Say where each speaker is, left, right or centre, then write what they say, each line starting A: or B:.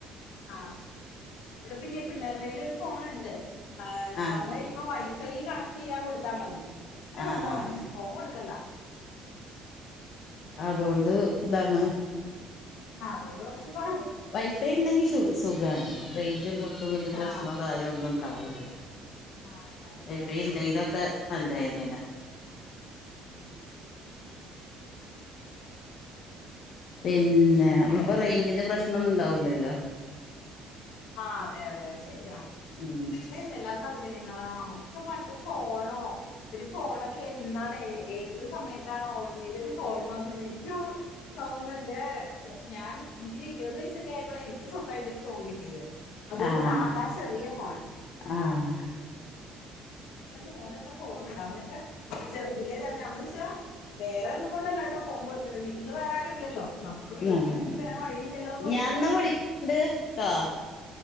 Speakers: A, on the left; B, on the left.
A: ആ വിടെ പിന്നെ പിള്ളേർടെ കയ്യിൽ ഒരു ഫോണണ്ട് ആ
B: ആഹ്
A: വന്ന് കഴിയുമ്പോ വൈ ഫെയ് കണക്ട് ചെയ്യാൻ കൊടുത്താ മതി നെറ്റ്
B: ആഹ്
A: കൊടുത്താ
B: ആഹ്
A: മതി ഫോൺ കൊടുക്കണ്ട
B: അതുകൊണ്ട് ഇതാണ്
A: ആ അതൊണ്ട് കൊർച് കൊ
B: വൈഫൈ ഇണ്ടങ്കി ശു സുഖാണ് റേഞ്ചും കിട്ടും വല്ല
A: ആ
B: പ്രശ്നോ കാ അ ഒന്നും ഇണ്ടാവൂല്ല
A: ആ ഉണ്ടാവില്ല
B: വൈഫൈ
A: അതെ അതെ
B: ഉണ്ടയിലൊക്കെ നല്ലതന്നെയാണ്
A: ഉം
B: പിന്നെ മ്മ്പ്പോ
A: വേറെന്താ
B: റേഞ്ചിന്റെ പ്രശ്നം ഒന്നും ഇണ്ടാവുലല്ലോ
A: ആ അതെ അതെ അത് ശരിയാ
B: ഉം
A: എന്തെല്ലാ സൗകര്യങ്ങളാ നമക്കൊക്കെ പണ്ട് ഫോണോ ഒരു ഫോണൊക്കെ എന്നാണ് ഏത് സമയത്താണ് ഓർമ്മയില് ഒരു ഫോൺ വന്നത് എനിക്ക് ഓർ തോന്നത് ഞാൻ എനിക്കൊരു ഇരുപത് വയസ്സൊക്കെ ആയപ്പൊള എനിക്ക് സ്വന്തമായിട്ട് ഒരു ഫോൺ കി ട്ടിയത് അതും
B: ആഹ്
A: സാധാ ചെറിയ ഫോൺ
B: ആഹ്
A: എന്റെ മോനൊക്കെ ഫോണുണ്ട് അവനൊക്കെ ചെറുതിലെ തന്നെ ന്ന് വെച്ചാ വേറെ ഒന്നും കൊണ്ടല്ലാട്ടോ ഫോൺ കൊടുത്തത് വീട്ടില് വേറെ ആരും ഇല്ലല്ലോ നമുക്ക് വിളിക്കണങ്കി
B: ഞാൻ
A: വേറെ വഴിയില്ലല്ലോ എന്ന് ഓർത്ത്
B: എന്നാ വിളിക്കണ്ട് ട്ടോ